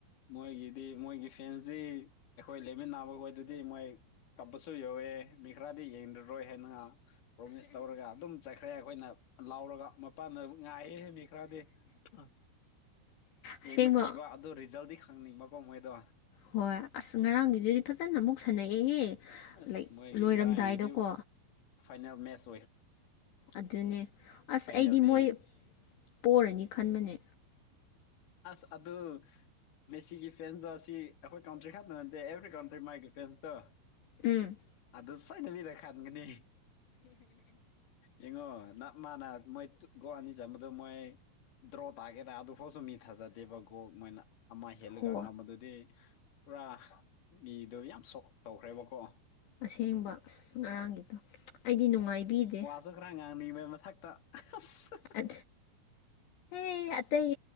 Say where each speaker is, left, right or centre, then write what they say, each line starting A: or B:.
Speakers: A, on the left (about 45°); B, on the left (about 65°).
A: ꯃꯣꯏꯒꯤꯗꯤ ꯃꯣꯏꯒꯤ ꯐꯦꯟꯁꯇꯤ ꯑꯩꯈꯣꯏ ꯂꯩꯃꯤꯟꯅ ꯅꯥꯕꯈꯣꯏꯗꯗꯤ ꯃꯣꯏ ꯀꯞꯄꯁꯨ ꯌꯧꯋꯦ ꯃꯤ ꯈꯔꯗꯤ ꯌꯦꯡꯉꯔꯣꯏ ꯍꯥꯏꯅ ꯉꯔꯥꯡ ꯄ꯭ꯔꯣꯃꯤꯁ ꯇꯧꯔꯒ ꯑꯗꯨꯝ ꯆꯠꯈ꯭ꯔꯦ ꯑꯩꯈꯣꯏꯅ ꯂꯥꯎꯔꯒ ꯃꯄꯥꯟꯗ ꯉꯥꯏꯑꯦ ꯈꯔꯗꯤ ꯑ
B: ꯑꯁꯦꯡꯕ
A: ꯌꯦꯡꯕ ꯀꯤꯕ ꯑꯗꯨꯗꯣ ꯔꯤꯖꯜꯗꯤ ꯈꯪꯅꯤꯡꯕꯀꯣ ꯃꯣꯏꯗꯣ
B: ꯍꯣꯏ ꯑꯁ ꯉꯔꯥꯡꯒꯤꯗꯨꯗꯤ ꯐꯖꯅ ꯑꯃꯨꯛ ꯁꯥꯟꯅꯩꯑꯦꯍꯦ
A: ꯑꯁ
B: ꯂꯥꯏꯛ
A: ꯃꯣꯏꯒꯤ
B: ꯂꯣꯏꯔꯝꯗꯥꯏꯗꯀꯣ
A: ꯉꯔꯥꯡꯒꯤꯗꯤ ꯐꯥꯏꯅꯦꯜ ꯃꯦꯁ
B: ꯑꯗꯨꯅꯦ ꯑꯁ
A: ꯐꯥꯏꯅꯦꯜꯗꯤ
B: ꯑꯩꯗꯤ ꯃꯣꯏ ꯄꯣꯔꯅꯤ ꯈꯟꯕꯅꯦ
A: ꯑꯁ ꯑ ꯑꯗꯨ ꯃꯦꯁꯤꯒꯤ ꯐꯦꯟꯁꯇ ꯑꯁꯤ ꯑꯩꯈꯣꯏ ꯀꯥꯎꯟꯇ꯭ꯔꯤ ꯈꯛꯇ ꯅꯠꯇꯦ ꯑꯦꯕ꯭ꯔꯤ ꯀꯥꯎꯟꯇ꯭ꯔꯤ ꯃꯥꯒꯤ ꯐꯦꯟꯁꯇ
B: ꯎꯝ
A: ꯑꯗꯨ ꯁꯣꯏꯗꯕꯤꯗ ꯈꯟꯒꯅꯤ ꯌꯦꯡꯉꯣ ꯅꯞ ꯃꯥꯅ ꯃꯣꯏ ꯒꯣꯜ ꯑꯅꯤ ꯆꯟꯕꯗ ꯃꯣꯏ ꯗ꯭ꯔꯣ ꯇꯥꯒꯦꯗꯔꯥ ꯑꯗꯨꯐꯥꯎꯁꯨ ꯃꯤ ꯊꯥꯖꯗꯦꯕ ꯒꯣꯜ ꯃꯣꯏꯅ ꯑꯃ ꯍꯦꯜꯂꯒ
B: ꯍꯣ
A: ꯉꯝꯕꯗꯨꯗꯤ ꯄꯨꯔꯥ ꯃꯤꯗꯨꯣ ꯌꯥꯝ ꯁꯣꯛ ꯇꯧꯈ꯭ꯔꯦꯕꯀꯣ
B: ꯑꯁꯦꯡꯕ ꯑꯁ ꯉꯔꯥꯡꯒꯤꯗꯣ ꯑꯩꯗꯤ ꯅꯨꯡꯉꯥꯏꯕꯤꯗꯦ
A: ꯑꯁꯨ ꯈꯔ ꯉꯥꯡꯅꯤꯡꯕꯒꯤ ꯃꯊꯛꯇ ꯑꯁ
B: ꯑ ꯑꯩ ꯑꯇꯩ